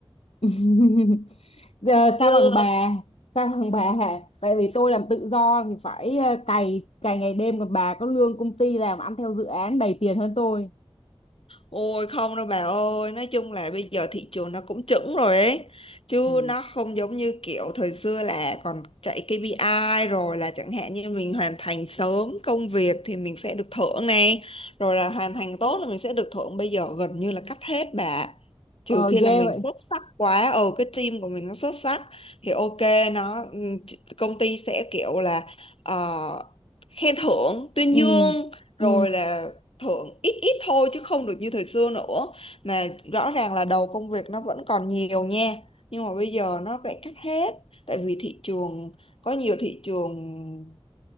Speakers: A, on the left (about 80°); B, on the left (about 70°).
A: <laughs> giờ
B: chưa
A: sao bằng bà sao bằng bà hả tại vì tôi làm tự do thì phải ờ, cày cày ngày đêm còn bà có lương công ty làm ăn theo dự án đầy tiền hơn tôi
B: Ôi không đâu bà ơi, nói chung là bây giờ thị trường nó cũng chững rồi ấy. Chứ
A: ừ.
B: nó không giống như kiểu thời xưa là còn chạy KPI rồi là chẳng hạn như mình hoàn thành sớm công việc thì mình sẽ được thưởng này. Rồi là hoàn thành tốt là mình sẽ được thưởng. Bây giờ gần như là cắt hết bà. Trừ
A: ờ
B: khi
A: ghê
B: là mình
A: vậy
B: xuất sắc quá, ờ cái team của mình nó xuất sắc thì ok nó ừm, công ty sẽ kiểu là ờ, khen thưởng, tuyên
A: ừ
B: dương
A: ừ
B: rồi là thưởng ít ít thôi chứ không được như thời xưa nữa mà rõ ràng là đầu công việc nó vẫn còn nhiều nha nhưng mà bây giờ nó lại cắt hết tại vì thị trường có nhiều thị trường